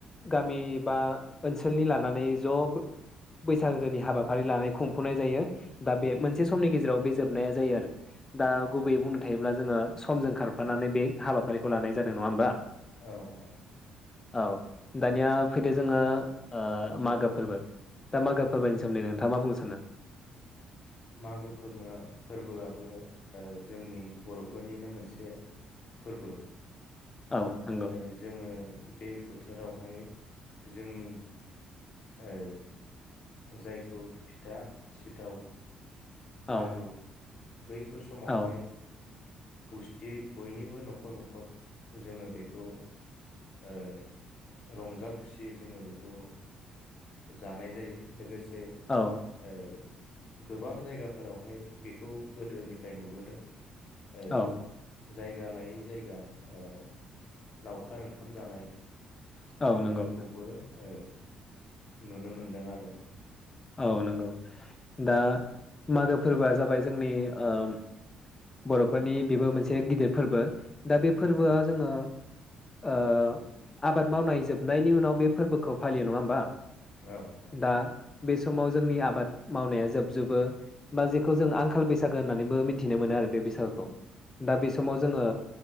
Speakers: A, on the left; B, on the left.
A: गामि बा ओनसोलनि लानानै जब बैसागोनि हाबाफारि लानाय खुंफुंनाय जायो दा बे मोनसे समनि गेजेराव बे जोबनाया जायो आरो दा गुबैयै
B: औ
A: बुंनो थायोब्ला जोङो समजों खारफानानै बे हाबाफारिखौ लानाय जादों नङा होमबा
B: औ औ
A: औ दानिया फैदो जोङो ओ मागो फोरबो दा मागोफोरनि
B: उम
A: सोमोनदै नोंथाङा मा बुंङो। सानो
B: मागो फोरमो फोरबोआबो ओ जोंनि बर'फोरनिनो मोनसे फोरबो
A: औ नंगौ
B: ए जोङो। बे बोथोरावहाय जोंनि ए जायखौ फिथा सिथाव
A: औ
B: लारु बैफोर समावहाय
A: औ
B: खौसेयै बयनिबो न'खर न'खर जोङो बेखौ ओ रंजा खुसियै जोङो बेखौ जानाय जायो लोगो से
A: औ
B: ओ गोबां जायगाफोरावहाय बेखौ गोदोनिफ्राय नुबोदों। ओ
A: औ
B: जायगा लायै जायगा ओ लावखार ओं खाम जानाय
A: औ नंगौ
B: बेफोरखौबो ओ नुनो मोनदों आरो।
A: औ नंगौ दा मागो फोरबोआ जाबाय जोंनि ओम बर'फोरनि बेबो मोनसे गिदिर फोरबो। दा बे
B: उम,
A: फोरबोआ जोङो ओ आबाद मावनाय जोबनायनि उनाव बे फोरबोखौ फालियो नङा होमबा?
B: औ उम।
A: दा बे समाव जोंनि आबाद मावनाया जोबजोबो। बा जेखौ जों आंखाल बैस गो होननानैबो मिन्थिनो मोनो आरो। बे बैसागुखौ
B: औ
A: दा बे समाव जोङो